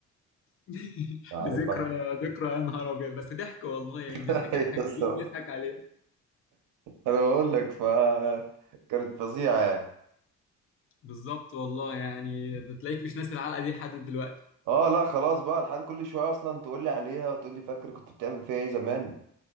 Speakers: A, on the left; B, on the right.
A: <laughs>
B: عارف
A: دي ذكرى
B: بقى
A: ذكرى يا نهار ابيض بس ضحك والله يعني
B: <laughs>
A: بنفتكر
B: ايوه
A: الحاجات
B: الصراحه
A: دي بنضحك عليها
B: انا بقول لك ف كانت فظيعه يعني
A: بالظبط والله يعني ده تلاقيك مش ناسي العلقه دي لحد دلوقتي
B: اه لا خلاص بقى لحد كل شويه اصلا تقول لي عليها وتقول لي فاكر كنت بتعمل فيها ايه زمان